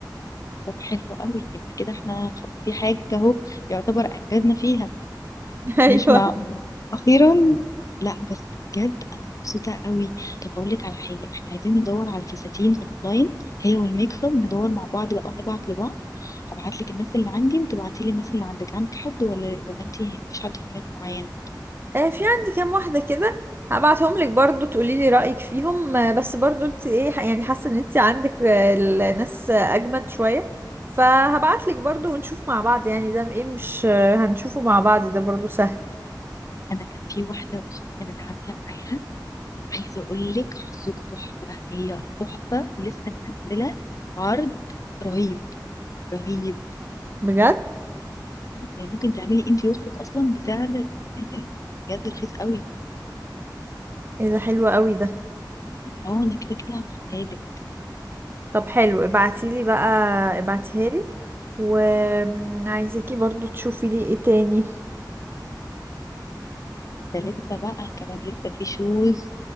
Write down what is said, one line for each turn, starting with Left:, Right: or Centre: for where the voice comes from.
Left: طب حلو قوي يبقى كده احنا خ- في حاجة اهو يعتبر انجزنا فيها
Right: <laughs> ايوه
Left: مش معقول اخيرا لا بس بجد انا مبسوطة قوي طب هقول لك على حاجة احنا عايزين ندور على الفساتين اونلاين هي والميك اب ندور مع بعض بقى ونبعت لبعض هبعت لك الناس اللي عندي وتبعتي لي الناس اللي عندك عندك حد ولا ولا انت مفيش حد في دماغك معين
Right: آه، في عندي كام واحدة كده هبعتهم لك برضو تقولي لي رأيك فيهم آه، بس برضو انت ايه يعني حاسة ان انت عندك آه، الناس آه، اجمد شوية فهبعت لك برضو ونشوف مع بعض يعني ده ايه مش آه، هنشوفه مع بعض ده برضو سهل
Left: انا كان في واحدة اختي كانت عاملة معاها عايزة اقول لك حظكم تحفة هي تحفة ولسه منزلة عرض رهيب رهيب
Right: بجد
Left: يعني ممكن تعملي انتي وسطك اصلا بسعر يعني بجد رخيص قوي
Right: ايه ده حلو قوي ده
Left: اه انا كده كده هبعتها لك
Right: طب حلو ابعتي لي بقى ابعتيها لي وعايزاكي برضو تشوفي لي ايه تاني
Left: ده لسه بقى كمان لسه في شوز